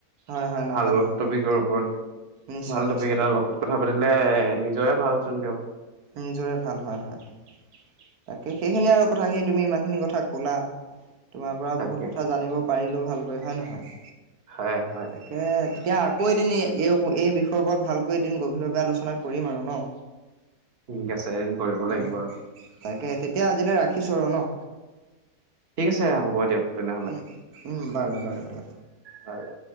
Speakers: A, on the right; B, on the right.
A: হয় হয় নাপাতে
B: ভাল
A: নাপাতে
B: টপিকৰ ওপৰত,
A: নিশ্চয়
B: ভাল
A: নিশ্চয়
B: টপিক এটা অক কথা পাতিলে নিজৰে ভালচোন দিয়ক।
A: নিজৰে ভাল হয়, হয়। তাকে সেইখিনি আৰু কথাখিনি তুমি ইমান খিনি কথা ক'লা। তোমাৰ পৰা
B: তাকে
A: বহুত কথা জানিব পাৰিলো ভালকৈ, হয় নহয়?
B: হয় হয়
A: তাকে তেতিয়া আকৌ এদিন এই এই বিষ য়ৰ পৰত ভালকৈ এদিন গভীৰভাৱে আলোচনা কৰিম আৰু ন?
B: ঠিক আছে। কৰিব লাগিব
A: উম,
B: আৰু
A: তাকে তেতিয়া আজিলৈ ৰাখিছোঁ আৰু ন?
B: ঠিক আছে হ'ব দিয়ক। তেনেহ'লে
A: উম, উম বাৰু বাৰু দিয়া।
B: হয়।